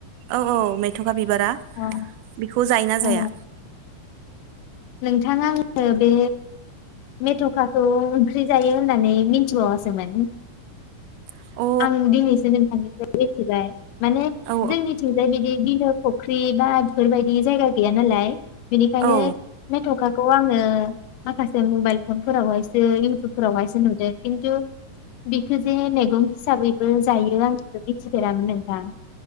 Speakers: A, on the right; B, on the left.
A: औ औ मेथं अखा बिबारा
B: अ
A: बेखौ जायोना
B: अ
A: जाया
B: नोंथां आङो बे मेथ'खाखौ ओंख्रि जायो होननानै मिथिबावासोमोन।
A: अ
B: आं दिनैसो नोंथांनिफ्राइ मिथिबाय। माने
A: औ
B: जोंनिथिंजाय बिदि बिलो फुख्रि बा बेफोरबायदि जायगा गैया नालाय बेनिखायनो
A: औ
B: मेथ'खा खौ आङो माखासे मबाइल फन फोरावहायसो इउटुबफोरावहायो नुदों खिन्थु बिखौजे मेगं हिसाबैबो जायो आं बेखौ मिथिफेरामोन नोंथां